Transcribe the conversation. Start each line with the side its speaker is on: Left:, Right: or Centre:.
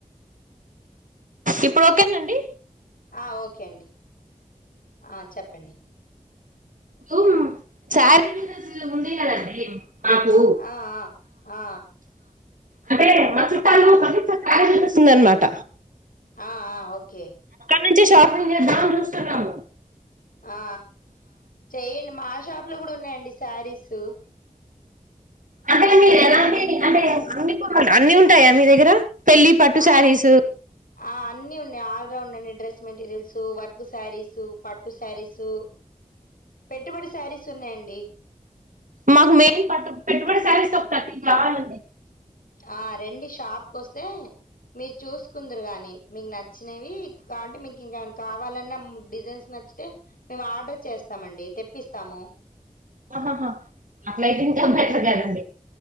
Right: ఇప్పుడు ఒకేనండి
Left: ఆ ఓకే అండి ఆ చెప్పండి
Right: ఇప్పుడు చాలజ ముంద కదండి మాకు
Left: ఆ ఆ
Right: అంటే మా చుట్టాలుస్తుందనమాట
Left: ఆ ఓకే ఓకే
Right: ఇప్పుడ్ నుంచి షాపింగ్ చేద్దామని చూస్తున్నాం
Left: ఆ చెయ్యడి మా షాప్ లో కూడా ఉన్నాయండి శారీస్
Right: అంటే మీరు ఎలా అంటే అ అన్ని ఉంటాయా మీ దగ్గర పెళ్లి పట్టు
Left: ఆ
Right: శారీస్
Left: అ ఆ అన్నిీ ఉన్నాయి ఆ ఉండి డ్రెస్ మెటీరియల్స్ వర్క్ శారీసు పట్టు శారీసు పెట్టుబడి శారీస్ ఉన్నాయండి
Right: మాకు మెయిన్ పట్టు పెట్టుబడి శారీస్ ఒక బాలంది
Left: ఆ రండి షాప్కి వస్తే మీరు చూసుకుందురు గాని మీకు నచ్చినవి కాటేనివి మీకు ఇంకా కావాలన్న డిజైన్స్ నచ్చితే మేము ఆర్డర్ చేస్తామండి తెప్పిస్తాము
Right: ఆహాహా అట్లయి తింటే బెటర్
Left: హ్మ్.
Right: కదండి